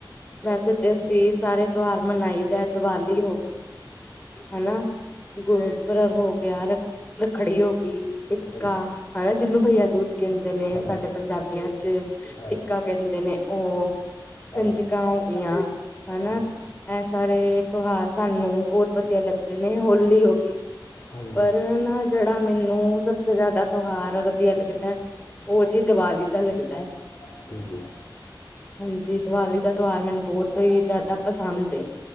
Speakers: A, on the left; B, on the left.
A: ਵੈਸੇ ਤੇ ਅਸੀ ਸਾਰੇ, ਤੋਂਹਾਰ ਮਨਾਈ ਦਾ। ਦੀਵਾਲੀ ਹਨਾ ਗੁਰਪੁਰਬ, ਰੱਖੜੀ ਹੋ ਗਈ, ਟਿਕਾ
B: ਹਾਂਜੀ
A: ਜਿਹਨੂੰ ਦੂਜ ਕਹਿੰਦੇ ਨੇ
B: ਹਾਂਜੀ
A: ਸਾਡੇ ਪੰਜਾਬੀਆਂ 'ਚ,
B: ਹਾਂਜੀ
A: ਟਿੱਕਾ ਕਹਿੰਦੇ ਨੇ ਉਹ
B: ਹਾਂਜੀ
A: ਕੰਜਕਾਂ ਹੋ ਗਈਆਂ, ਹਨਾ।
B: ਹਾਂਜੀ
A: ਇਹ ਸਾਰੇ, ਤਿਉਹਾਰ ਸਾਨੂੰ ਬਹੁਤ ਵਧੀਆ ਲੱਗਦੇ ਨੇ, ਹੋਲੀ ਹੋ ਗਈ।
B: ਹਾਂਜੀ
A: ਪਰ ਨਾ ਜਿਹੜਾ, ਮੈਨੂੰ ਸਬਸੇ ਜ਼ਿਆਦਾ ਤਿਉਹਾਰ ਵਧੀਆ ਲੱਗਦਾ ਉਹ ਜਹੀ, ਦੀਵਾਲੀ ਦਾ ਲੱਗਦਾ।
B: ਹਾਂਜੀ
A: ਹਾਂਜੀ, ਦੀਵਾਲੀ ਦਾ ਤਿਉਹਾਰ ਮੈਨੂੰ ਬਹੁਤ ਹੀ ਜ਼ਿਆਦਾ ਪਸੰਦ ਏ।